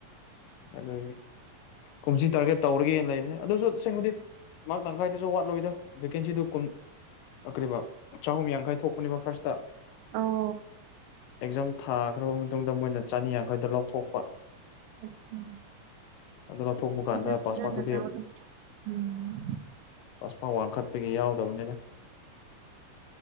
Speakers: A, on the left; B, on the right.
A: ꯑꯗꯨ ꯀꯨꯝꯁꯤ ꯇꯥꯔꯒꯦ ꯇꯧꯔꯒꯦꯅ ꯂꯩꯕꯅꯦ ꯑꯗꯨꯁꯨ ꯁꯦꯡꯕꯨꯗꯤ ꯃꯥ ꯇꯪꯈꯥꯏꯗꯁꯨ ꯋꯥꯠꯂꯣꯏꯗ ꯚꯦꯀꯦꯟꯁꯤꯗꯨ ꯀꯨꯟ ꯑ ꯀꯔꯤꯕ ꯆꯍꯨꯝ ꯌꯥꯡꯈꯩ ꯊꯣꯛꯄꯅꯦꯕ ꯐꯥꯔꯁꯇ
B: ꯑꯣ
A: ꯑꯦꯛꯖꯥꯝ ꯊꯥꯈ꯭ꯔꯕ ꯃꯇꯨꯡꯗ ꯃꯣꯏꯅ ꯆꯅꯤ ꯌꯥꯡꯈꯩꯗ ꯂꯧꯊꯣꯛꯄ
B: <unintelligible>
A: ꯑꯗꯨ ꯂꯧꯊꯣꯛꯄ
B: ꯐꯖ
A: ꯀꯥꯟꯗ
B: ꯐꯖꯅ
A: ꯄꯥꯁꯃ꯭ꯔꯛꯇꯨꯗꯤ
B: ꯇꯧꯔꯣ ꯎꯝ
A: ꯄꯥꯁꯃ꯭ꯔꯛ ꯋꯥꯡꯈꯠꯄꯒꯤ ꯌꯥꯎꯗꯕꯅꯤꯗ